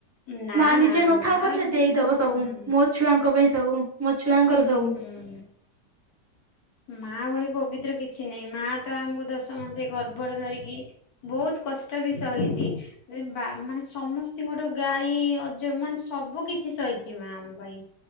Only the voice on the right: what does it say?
ମା ନିଜେ
ନଥାଉ
ପଛେ,
ଦେଇଦବ
ସବୁ ମୋ ଛୁଆଙ୍କ ପାଇଁ ସବୁ, ମୋ ଛୁଆଙ୍କର ସବୁ,